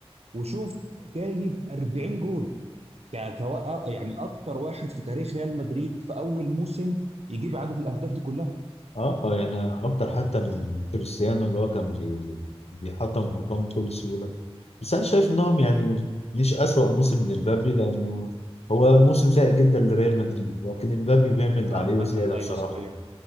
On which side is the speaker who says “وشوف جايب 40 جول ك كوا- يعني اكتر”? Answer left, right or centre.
Right